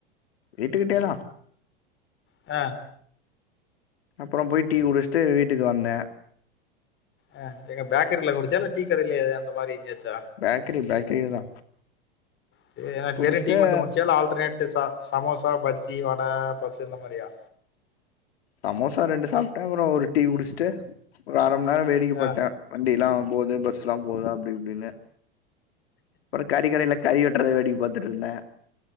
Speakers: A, on the left; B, on the left.
A: வீட்டுக்கிட்டேதா
B: ஆ
A: அப்பறோ போய் டீ குடிச்சுட்டு வீட்டுக்கு வந்தே
B: ஆ எங்க பேக்கரில குடிச்சியா இல்ல டீ கடைலேயே அந்த மாரி எங்கயாச்சா
A: பேக்ரி பேக்ரில தா
B: சேர் எனா
A: குடிச்சிட்டு
B: வெறு டீ மட்டு குடிச்சியா இல்ல ஆல்டர்னேட் ச சமோசா பஜ்ஜி வட பஃப்சு இந்த மாரியா
A: சமோசா ரெண்டு சாப்ட்டே அப்றோ ஒரு டீ குடிச்சிட்டு ஒரு அர மண் நேரோ வேடிக்க
B: ஆ
A: பாத்தே வண்டில்லா போகுது பஸ்ல்லா போது அப்டி இப்டின்னு அப்பறோ கறிக்கடைல கறி வெட்டுறத வேடிக்க பாத்துட்டுருந்த